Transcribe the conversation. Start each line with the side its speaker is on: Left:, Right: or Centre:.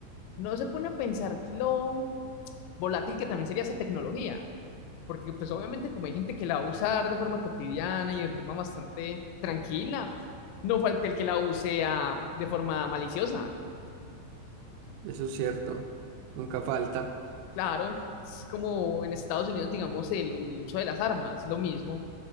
Left: no se pone a pensar lo volátil que también sería esa tecnología. Porque pues obviamente como hay gente que la va a usar de forma cotidiana y de forma bastante tranquila, no falta el que la use ah, de forma maliciosa.
Right: Eso es cierto. Nunca falta.
Left: Claro, es como en Estados Unidos, digamos, el, u- el uso de las armas, lo mismo.